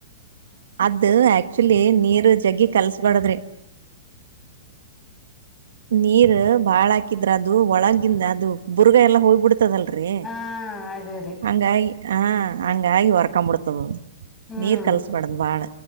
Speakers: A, on the right; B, on the left.
A: ಅದ ಆಕ್ಚುಲಿ ನೀರು ಜಗಿ ಕಲ್ಸ್ಬಾಡದ್ರಿ ನೀರ್ ಬಾಳ ಹಾಕಿದ್ರ ಅದು ಒಳಗಿಂದ ಅದು ಬುರ್ಗ ಎಲ್ಲಾ ಹೋಗ್ಬಿಡ್ತ ತದಲ್ರಿ
B: ಹಾ ಅದೇ ರೀ
A: ಹಂಗಾಗಿ ಹ ಹಂಗಾಗಿ ಹೊರ್ಕಾಂಬಡ್ತದ
B: ಹ್ಮ್
A: ನೀರ್ ಕಲ್ಸಬಡ್ದ್ ಬಾಳ